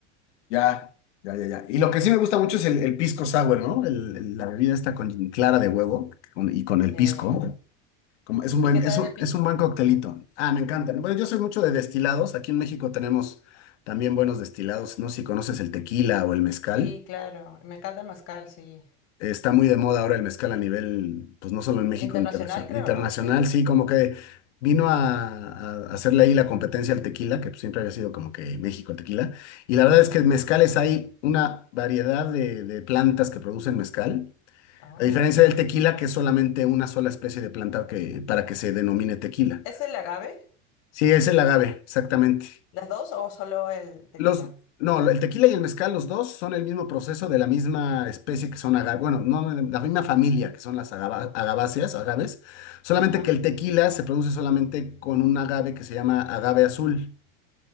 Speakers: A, on the left (about 80°); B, on the left (about 45°).
A: Ya, ya, ya, ya. Y lo que sí me gusta mucho es el, el pisco sour, ¿no? El- el- la bebida esta con clara de huevo con- y con
B: Sí.
A: el pisco. Como, es un
B: ¿Y
A: buen,
B: qué tal
A: es un,
B: el pisco?
A: es un buen coctelito. Ah, me encanta. Bueno, yo soy mucho de destilados. Aquí en México tenemos también buenos destilados, ¿no? sé Si conoces el tequila o el mezcal.
B: Sí, claro. Me encanta el mezcal, sí.
A: Está muy de moda ahora el mezcal a nivel, pues no solo en México,
B: Internacional,
A: internacional,
B: creo,
A: internacional,
B: ¿no? Sí.
A: sí, como que vino a, a hacerle ahí la competencia al tequila, que pues, siempre había sido como que México el tequila. Y la verdad es que en mezcales hay una variedad de, de plantas que producen mezcal,
B: Oh.
A: a diferencia del tequila, que es solamente una sola especie de planta que, para que se denomine tequila.
B: ¿Es el agave?
A: Sí, es el agave, exactamente.
B: ¿Las dos o solo el tequila?
A: Los, no, el tequila y el mezcal, los dos son el mismo proceso de la misma especie que son agaves, bueno, no, no, la misma familia que son las agava- agaváceas, agaves, solamente
B: Ajá.
A: que el tequila se produce solamente con un agave que se llama agave azul